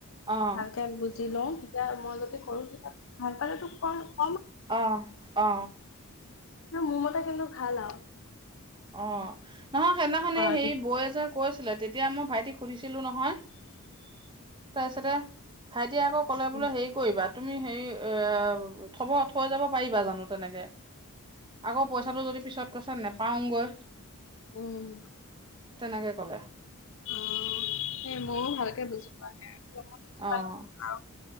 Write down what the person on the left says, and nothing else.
ভালকে বুজি <unintelligible> তেতিয়া মই যতে কৰো তেতিয়া ভালপালে তো কও
ন ম'মোতটা কিন্তু ভাল আৰু
কৰাটো
উম
উম,
উ সেই ময়ও ভালকে বুজি পোৱা নাই অকমান বুজি
পালো আৰু